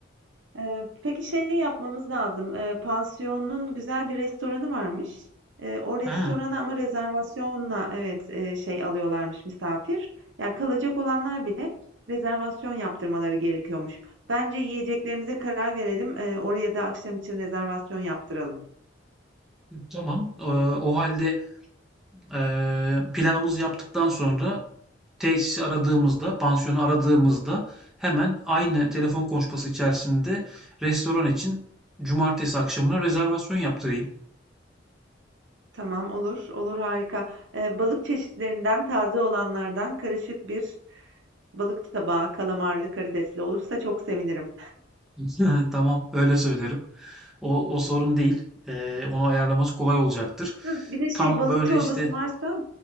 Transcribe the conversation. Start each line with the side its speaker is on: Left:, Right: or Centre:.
Right: Eee, peki şey yapmamız lazım, eee, pansiyonun güzel bir restoranı varmış. Eee, o restorana
Centre: Hı,
Right: ama rezervasyonla evet, eee, şey alıyorlarmış misafir. Yani kalacak olanlar bile rezervasyon yaptırmaları gerekiyormuş. Bence yiyeceklerimize karar verelim. Eee, oraya da akşam için rezervasyon yaptıralım.
Centre: tamam. E, o halde e, planımızı yaptıktan sonra Tesisi aradığımızda, pansiyonu aradığımızda hemen aynı telefon konuşması içerisinde restoran için cumartesi akşamına rezervasyon yaptırayım.
Right: Tamam olur. Olur harika. Eee, balık çeşitlerinden taze olanlardan karışık bir balık tabağı kalamarlı karidesli olursa çok sevinirim.
Centre: <laughs> Tamam, öyle söylerim. O, o sorun değil. Ee, onu ayarlaması kolay olacaktır.
Right: Hah, bir de şey
Centre: Tam
Right: balık
Centre: böyle
Right: çorbası
Centre: işte
Right: varsa